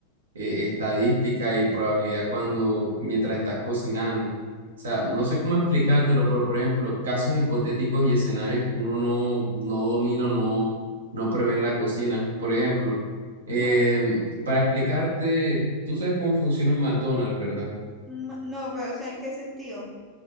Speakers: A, on the right (about 65°); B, in the centre.
A: eh, estadística y probabilidad cuando mientras estás cocinando. O sea, no sé cómo explicártelo, pero por ejemplo, casos hipotéticos y escenarios que uno no, no domina, no, no prevé en la cocina. Por ejemplo, em,
B: A ver,
A: para explicarte, tú sabes cómo funciona un McDonald's, ¿verdad?
B: mm, no, pero, o sea, ¿en qué sentido?